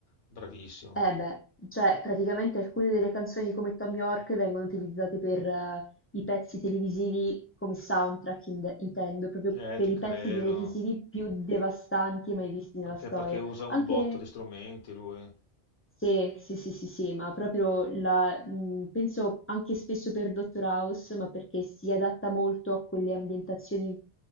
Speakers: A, on the left; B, on the left.
A: bravissimo.
B: Eh beh, cioè praticamente alcune delle canzoni come Tom York vengono utilizzate per eh, i pezzi televisivi come soundtrack, in- intendo, proprio
A: Eh,
B: per
A: ti
B: i
A: credo,
B: pezzi televisivi più devastanti mai visti nella
A: anche
B: storia.
A: perché usa un
B: Anche
A: botto di strumenti lui,
B: Sì, sì, sì, sì, sì, ma proprio la, mh, penso anche spesso per Dottor House, ma perché si adatta molto a quelle ambientazioni